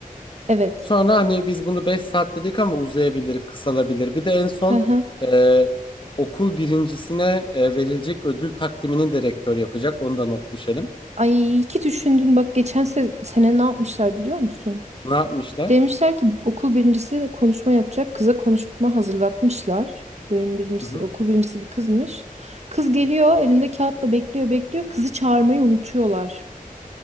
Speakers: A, on the right; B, on the left.
A: Evet.
B: Sonra hani biz bunu 5 saat dedik ama uzayabilir, kısalabilir. Bir de en son
A: Hı hı.
B: e, okul birincisine e, verilecek ödül takdimini de rektör yapacak. Onu da not düşelim.
A: Ay iyi ki düşündün. Bak geçen se- sene ne yapmışlar biliyor musun?
B: Ne yapmışlar?
A: Demişler ki okul birincisi konuşma yapacak. Kıza konuşma hazırlatmışlar. Bölüm birincisi,
B: Hı hı.
A: okul birincisi bir kızmış. Kız geliyor, elinde kağıtla bekliyor, bekliyor. Kızı çağırmayı unutuyorlar.